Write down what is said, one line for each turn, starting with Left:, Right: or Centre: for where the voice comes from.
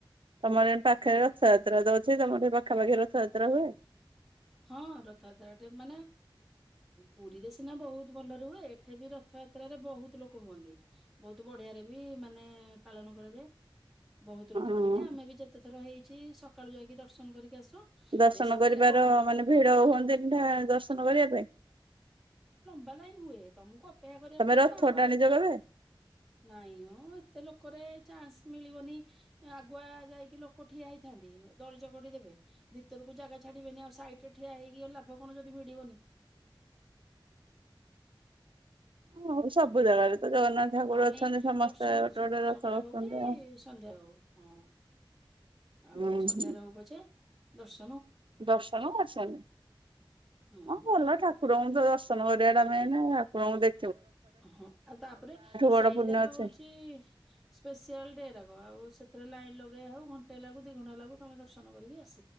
Right: ତମର ପାଖରେ ରଥଯାତ୍ରା ଯାଉଛି ତମର ସେଠୀ ପାଖାପାଖି ରଥଯାତ୍ରା ହୁଏ?
Centre: ହଁ ରଥଯାତ୍ରାଟେ ମାନେ ପୁରୀରେ ସିନା ବହୁତ ଭଲରେ ହୁଏ। ଏଠି ବି ରଥଯାତ୍ରାରେ ବହୁତ ଲୋକ ହୁଅନ୍ତି। ବହୁତ ବଢିଆରେ ବି ମାନେ ପାଳନ କରାଯାଏ। ବହୁତ ଲୋକ
Right: ହଁ
Centre: ହୁଅନ୍ତି ଆମେ ବି ଯେତେ ଥର ହେଇ ଅଛି ସକାଳୁ ଯାଇକି ଦର୍ଶନ କରିକି ଆସୁ।
Right: ଦର୍ଶନ
Centre: ଯେ ସକାଳେ
Right: କରି ବାର
Centre: ବହୁତ
Right: ମାନେ ଭିଡ ହୁଅନ୍ତି ଠା ଦର୍ଶନ କରିବା ପାଇଁ।
Centre: ବା ଲାଇନ ହୁଏ, ତମକୁ ଅପେକ୍ଷା କରିବାକୁ
Right: ତମେ
Centre: ପଡିବ
Right: ରଥ
Centre: ନା ଆଉ,
Right: ଟାଣିଛ
Centre: ଆଉ
Right: କେବେ?
Centre: ନାଇଁ ଉଁ ଏତେ ଲୋକରେ ଚାନ୍ସ ମିଳିବନି ଆଗୁଆ ଯାଇକି ଲୋକ ଠିଆ ହେଇଥାନ୍ତି ଦଳି ଚକଡି ଦେବେ ଭିତରକୁ ଜାଗା ଛାଡିବେନି ଆଉ ସାଇଟରେ ଠିଆ ହେଇକି ଆଉ ଲାଭ କଣ ଯଦି ଭିଡିବନି।
Right: ହଁ ସବୁ ଜାଗାରେ। ତ ଜଗନ୍ନାଥ ଠାକୁର
Centre: ନହଲେ
Right: ଅଛନ୍ତି ସମସ୍ତେ
Centre: ଦର୍ଶନ
Right: ଗୋଟେ
Centre: କରିଯାଉ
Right: ଗୋଟେ ରଥ
Centre: ସକାଳ
Right: ବସୁଛନ୍ତି
Centre: ହଉ କି
Right: ଆଉ।
Centre: ସନ୍ଧ୍ୟା ହଉ। ହଁ। ଆଉ
Right: ହୁଁ ହୁଁ
Centre: ସନ୍ଧ୍ୟାରେ ହଉ ପଛେ ଦର୍ଶ
Right: ଦର୍ଶନ କରିଛନ୍ତି
Centre: ହୁଁ।
Right: ହଁ ଭଲ ଠାକୁରଙ୍କୁ ତ ଦର୍ଶନ କରିବା ଟା ନାଇଁ ନା ଆପଣଙ୍କୁ ଦେ
Centre: ହଁ ଆଉ ତାପରେ ସେଇଟା
Right: ବଡ ପୁଣ୍ୟ
Centre: ତ
Right: ଅଛି
Centre: ହଉଛି ସ୍ପେସିଆଲ୍‌ ଡେ ରାକ ଆଉ ସେ ହେଲେ ଲାଇନ୍‌ ଲଗେଇବା ହଉ ଘଣ୍ଟେ ଲାଗୁ ଦି ଘଣ୍ଟା ଲାଗୁ ତମେ ଦର୍ଶନ କରିକି ଆସ